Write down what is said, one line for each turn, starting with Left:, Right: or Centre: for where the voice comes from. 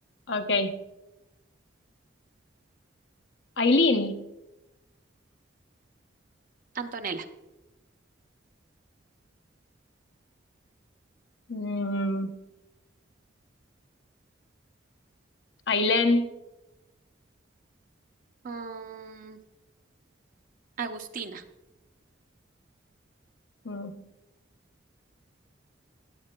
Left: ok, Ailín,
Right: Antonella.
Left: mm, Ailén,
Right: Mm, Agustina.
Left: mm,